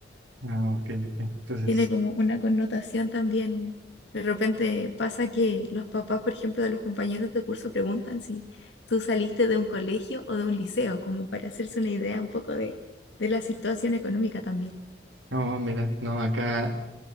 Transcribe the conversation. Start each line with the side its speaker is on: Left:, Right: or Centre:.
Right: Ah, ok, ok. Entonces,
Left: Tiene como una connotación también. De repente pasa que los papás, por ejemplo, de los compañeros de curso preguntan si tú saliste de un colegio o de un liceo, como para hacerse una idea un poco de, de la situación económica también.
Right: no, mira, no, acá